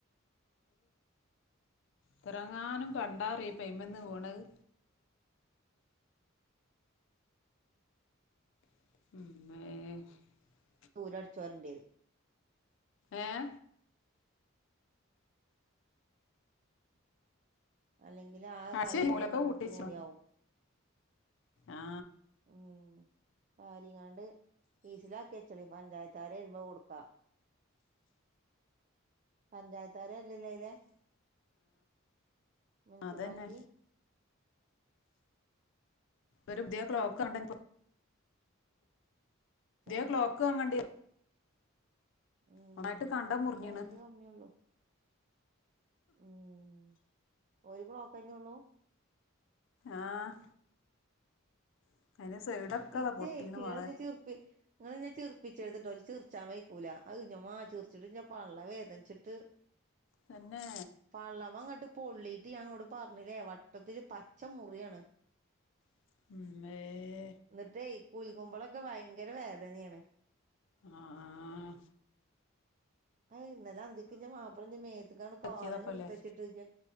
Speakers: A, on the left; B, on the right.
A: പിറങ്ങാനും കണ്ടാറിയ പ്മന്ന് പോണത് <unintelligible>
B: ഊരടിച്ചുവാരേണ്ടിയിറും
A: ഏഹ്
B: അല്ലെങ്കിലാകെ
A: അച്ഛൻ
B: കാല്മ്മകൂടൊക്കെ,
A: മൂലൊക്കെ
B: ൺ കുത്തി
A: കൂട്ടിച്ചു
B: മുറിയാവും
A: ആ
B: ഉം വാരിങ്ങാണ്ട് കീസിലാക്കിച്ചളി പഞ്ചായത്ത് കാരെരുമ്പ കൊടുക്കാ പഞ്ചായത്താരല്ലല്ലെ അയ്ലേ മുൻസിപ്പാലിറ്റി
A: അതന്നെ ഒരു
B: പിന്നെ
A: പുതിയ
B: എന്തൊക്കെ
A: ക്ലോക്ക് കണ്ടെ ഇതേ
B: ചാ
A: ക്ലോക്ക് വാങ്ങണ്ടി
B: ഉം
A: നന്നായിട്ട് കണ്ട
B: ന്നിപ്പ
A: മുറിഞ്ഞീണ്
B: അയിന്റെ കമ്മിയ്ള്ളൂ ഉം ഒരു ക്ലോക്കഞ്ഞള്ളൂ
A: ആഹ് <unintelligible>
B: ഇച്ചേയ്
A: അതാ പൊട്ടീണ്
B: ങ്ങളിന്നെ
A: മോളെ
B: ചിർപ്പിച്ചര്ത് ങ്ങളിന്നെ ചിർപ്പിച്ചെരുത് ട്ടോ ച്ച് ചിർചാൻ വെയ്ക്കൂല ന്റെമ്മാ ചിർചിട്ടിന്റെ പള്ള വേദൻച്ചിട്ട്
A: തന്നെ
B: പള്ളമ്മങ്ങട്ട് പൊള്ളിട്ട് ഞാങ്ങളോട് പറഞ്ഞില്ലേ വട്ടത്തില് പച്ച മുറിയാണ്
A: <inaudible>
B: ന്നിട്ടേയ് കുലുങ്ങുമ്പളൊക്കെ വയങ്കര വേദനയാണ്
A: ആഹ്
B: ആഹ് ന്നലന്തിക്ക് ഞ്ചെ മാപ്പള ഞ്ചെ മേത്ത്ക്കണ് കാലങ്ങട്ട്ത്ത്ച്ച്ട്ട്
A: പറ്റിയതപ്പല്ലേ